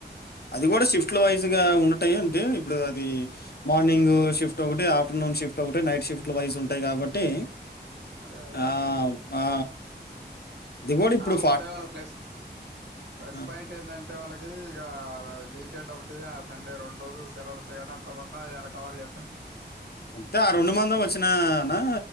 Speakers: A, on the left (about 65°); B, on the right (about 75°).
A: అది గూడా షిఫ్ట్లో వైజ్ గా ఉన్నటాయి అంటే ఇప్పుడు అది మార్నింగ్ గ్ షిఫ్ట్ ఒకటి ఆఫ్టేర్నూన్ షిఫ్ట్ ఒకటి నైట్ షిఫ్ట్ల వైస్ ఉంటాయి కాబట్టి
B: అదే అదే
A: ఆ
B: అదే
A: ఆ అది గూడా ఇప్పుడు
B: కాకపోతే వాళ్ళ ప్లస్ ప్లస్
A: ఆ!
B: పాయింట్ ఎందంటే వాళ్ళకి ఇగ వీకెండ్ ఒకటి అతే ఆ సండే రెండు రోజులు సెలవులు వతయి కాబట్ అంత మంది అగల కవర్ చేత్త
A: అంత ఆ రెండు మందం వచ్చినా నా